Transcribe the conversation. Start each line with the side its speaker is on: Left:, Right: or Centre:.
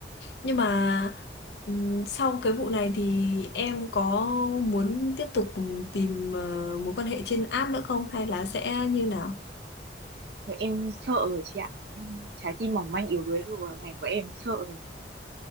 Left: nhưng mà ừm, sau cái vụ này thì em có muốn tiếp tục tìm ờ, mối quan hệ trên app nữa không hay là sẽ như nào?
Right: rồi em sợ rồi chị ạ Em- trái tim mỏng manh yếu đuối của ngày của em sợ rồi